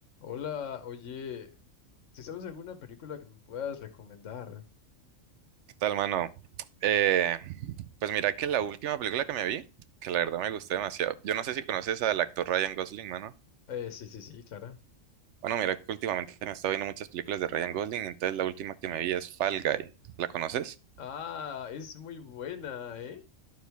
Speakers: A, on the left; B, on the right.
A: Hola, oye, si sabes alguna película que me puedas recomendar?
B: ¿Qué tal, mano? Eh, pues mira que la última película que me vi, que la verdad me gustó demasiado. Yo no sé si conoces al actor Ryan Gosling, mano.
A: Eh, sí, sí, sí, claro.
B: Bueno, mira que últimamente me he estado viendo muchas películas de Ryan Gosling, entonces la última que me vi es Fall Guy. ¿La conoces?
A: Ah, es muy buena, ¿eh?